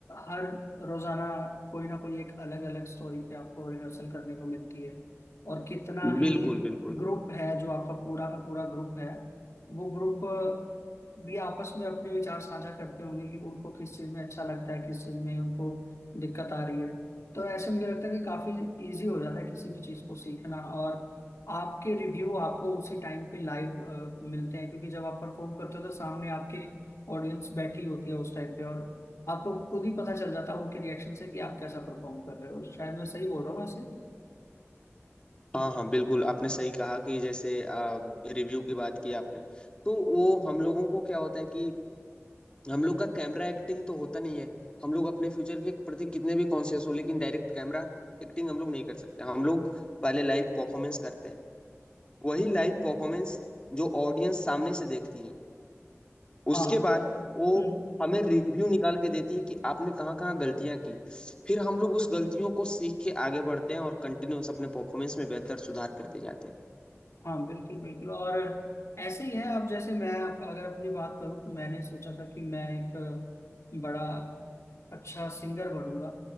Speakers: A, on the left; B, on the left.
A: हर रोजाना कोई ना कोई एक अलग अलग स्टोरी पे आपको रिहर्सल करने को मिलती है और कितना ही
B: बिल्कुल बिल्कुल
A: ग्रुप है जो आपका पूरा का पूरा ग्रुप है वो ग्रुप भी आपस में अपने विचार साझा करते होंगे कि उनको किस चीज़ में अच्छा लगता है किस चीज़ में उनको दिक्कत आ रही है तो ऐसे मुझे लगता है कि काफी इजी हो जाता है किसी भी चीज को सीखना और आपके रिव्यू आपको उसी टाइम पे लाइव मिलते हैं क्योंकि जब आप परफॉर्म करते हो तो सामने आपके ऑडियंस बैठी होती है उस टाइम पे और आपको खुद ही पता चल जाता है उनके रिएक्शन से कि आप कैसा परफॉर्म कर रहे हो शायद मैं सही बोल रहा हूँ वैसे
B: हाँ हाँ बिल्कुल आपने सही कहा कि जैसे रिव्यू की बात की आपने तो वो हम लोगों को क्या होता है कि हम लोग का कैमरा एक्टिंग तो होता नहीं है हम लोग अपने फ्यूचर के प्रति कितने भी कॉन्शियस हो लेकिन डायरेक्ट कैमरा एक्टिंग हम लोग नहीं कर सकते हम लोग पहले लाइव परफॉर्मेंस करते हैं वही लाइव परफॉर्मेंस जो ऑडियंस सामने से देखती है
A: हाँ
B: उसके बाद वो
A: हम्म,
B: हमें रिव्यू निकाल के देती है कि आपने कहाँ कहाँ गलतियां की फिर हम लोग उस गलतियों को सीख के आगे बढ़ते हैं और कंटिन्यूअस अपने परफॉर्मेंस में बेहतर सुधार करते जाते हैं
A: हाँ बिल्कुल बिल्कुल और ऐसे ही है आप जैसे मैं आप अगर अपनी बात करूँ तो मैंने सोचा था कि मैं एक अ, बड़ा अच्छा सिंगर बनूंगा